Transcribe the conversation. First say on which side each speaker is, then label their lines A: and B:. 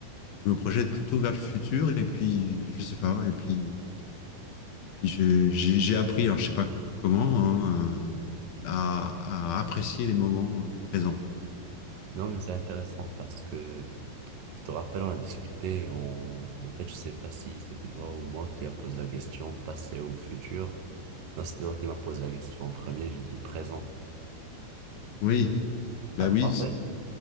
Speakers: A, on the left; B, on the right.
A: je me projette plutôt vers le futur, et puis je sais pas, et puis. Et puis j'ai j'ai- j'ai appris, alors je sais pas comment, hein, euh, à, à apprécier les moments euh, présents.
B: Non, mais c'est intéressant parce que tu te rappelles, on a discuté, on... en fait, je sais pas si c'était toi ou moi qui a posé la question passé ou futur. Non, c'était toi qui m'a posé la question en premier, j'ai dit présent.
A: Oui, bah
B: Après,
A: oui,
B: en
A: c'est
B: fait,